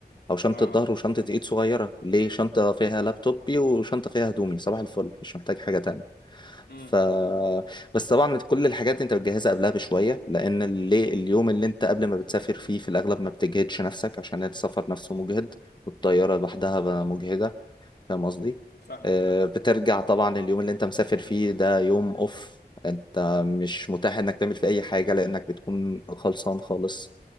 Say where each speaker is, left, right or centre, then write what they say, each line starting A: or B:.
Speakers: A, on the left (about 25°); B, on the left (about 70°).
A: او شنطه
B: اه
A: ظهر وشنطه ايد صغيره ليه شنطه فيها لابتوبي وشنطه فيها هدومي صباح الفل مش محتاج حاجه تانية
B: امم
A: ف بس طبعا كل الحاجات دي انت بتجهزها قبلها بشويه لان اللي اليوم اللي انت قبل ما بتسافر فيه في الاغلب ما بتجهدش نفسك عشان السفر نفسه مجهد والطياره لوحدها بقى مجهده فاهم قصدي
B: فاهمك
A: آه،
B: فاهم
A: بترجع طبعا اليوم اللي انت مسافر فيه ده يوم اوف انت مش متاح انك تعمل فيه اي حاجه لانك بتكون خلصان خالص